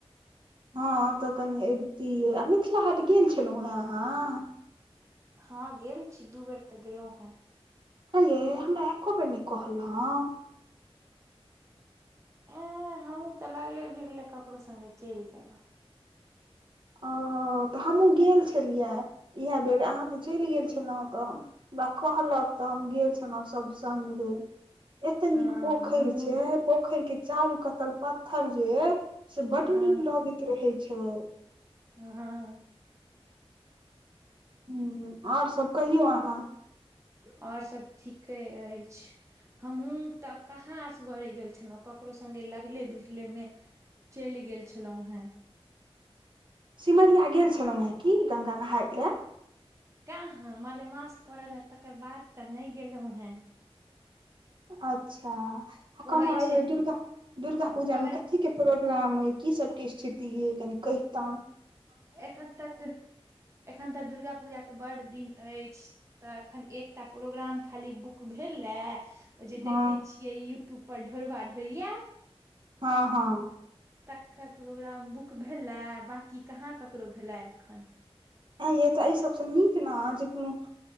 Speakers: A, on the right; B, on the right.
A: हँ तऽ कनि अबितिय आ मिथिला हाट गेल छलहुँ हेँ अहाँ
B: हँ गेल छी दू बेर तऽ गेलहुँ हें
A: आं यै हमरा एको बेर नय कहलौं
B: ए हमहुँ तऽ लागले भिरले ककरो संगे चलि गेलौं
A: ओ हो ह तऽ हमहूँ गेल छलियै इएह बेर अहाँ तऽ चलि गेल छलहुँ तऽ हमरा कहलक तऽ हम गेल छलौं सभ संगङ्गे एते
B: हँ
A: नीक पोखैर
B: हँ हमहुँ
A: छै पोखैर के चारू कत्तल पत्थर जे अई से बड
B: हँ
A: नीक लगैत रहे छै
B: ह
A: ह और सब कहियौ अहाँ
B: आओर सभ ठीके अछि हमहूँ तऽ कहाँ अस गरे गेल छलौं ककरो सङ्गे लगले भिरले मे चैल गेल छलौं हेँ
A: सिमरिया गेल छलौं हें कि गंगा नहााय ले
B: का हाँ मलेमास पड़ला तकर बाद तऽ नय गेलौं हें
A: अच्छा आ
B: कहै
A: कहलौं अबेर
B: छै
A: दुर्गा दुर्गा पूजा
B: कहै
A: मे कथी के प्रोग्राम अयी की सबके ई स्थिति अय कनि कहितौं
B: एखन तक एखन तक दुर्गा पूजाके बड दिन अछि तऽ एखन एकटा प्रोग्राम खाली बुक भेला ए ओ जे
A: हँ
B: देखै छियै यूट्यूब पर ढोरबा ढोरिया
A: हँ हँ
B: तकर प्रोग्राम बुक भेलाए बाकी कहाँ ककरो भेला एखन
A: ए यी तऽ एहि सबसँ नीक न जे कुनु